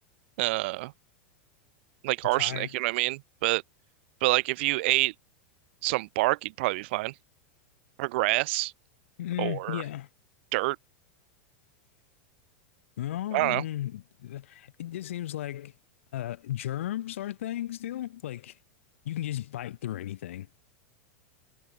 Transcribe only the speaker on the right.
uh like
arsenic,
you know what I mean? But but like if you ate some bark, you'd probably be fine. Or grass
or
dirt.
I don't
know.